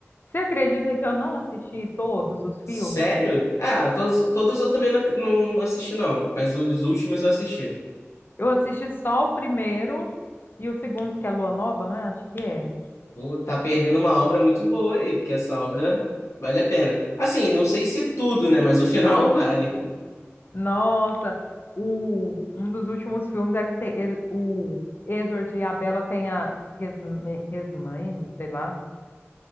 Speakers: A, on the left (about 45°); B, on the left (about 85°).
A: Você acredita que eu não assisti todos os filmes?
B: Sério? Ah, todos, todos eu também não, não, não assisti, não, mas os últimos eu assisti.
A: Eu assisti só o primeiro e o segundo, que é Lua Nova, né? Acho que é.
B: Pô, tá perdendo uma obra muito boa aí, porque essa obra vale a pena. Assim, não sei se tudo, né, mas o final <laughs> vale.
A: Nossa, o, um dos últimos filmes é que tem, ele- o Edward e a Bella têm a Resme- Resmaine, sei lá,